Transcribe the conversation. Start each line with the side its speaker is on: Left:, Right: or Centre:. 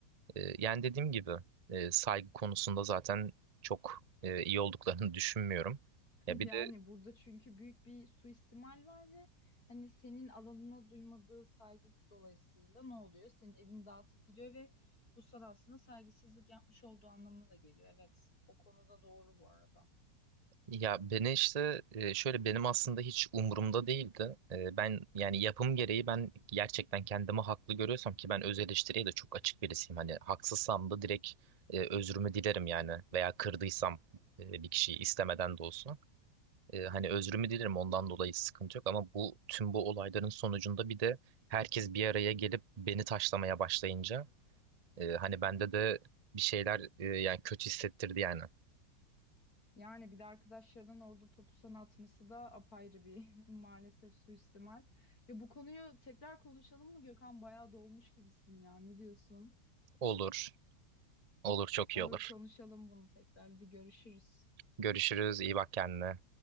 Right: E, yani dediğim gibi e, saygı konusunda zaten çok e, iyi olduklarını <laughs> düşünmüyorum.
Left: <laughs>
Right: Ya
Left: Yani
Right: bir de
Left: burada çünkü büyük bir suistimal var ve hani senin alanına duymadığı saygı dolayısıyla ne oluyor? Senin evini dağıtıp gidiyor ve bu sana aslında saygısızlık yapmış olduğu anlamına da geliyor. Evet, o konuda doğru bu arada.
Right: Ya beni işte e, şöyle benim aslında hiç umurumda değildi. E, Ben yani yapım gereği ben gerçekten kendimi haklı görüyorsam ki ben öz eleştiriye de çok açık birisiyim. Hani haksızsam da direkt e, özrümü dilerim yani veya kırdıysam e, bir kişiyi istemeden de olsa. E, Hani özrümü dilerim ondan dolayı sıkıntı yok ama bu tüm bu olayların sonucunda bir de herkes bir araya gelip beni taşlamaya başlayınca e, hani bende de bir şeyler e, yani kötü hissettirdi yani.
Left: Yani bir de arkadaşlarının orada topu sana atması da apayrı bir <laughs> maalesef suistimal. Ya bu konuyu tekrar konuşalım mı Gökhan? Bayağı dolmuş gibisin ya. Ne diyorsun?
Right: Olur, olur çok
Left: Olur
Right: iyi olur.
Left: konuşalım bunu tekrar. Hadi görüşürüz.
Right: Görüşürüz. iyi bak kendine.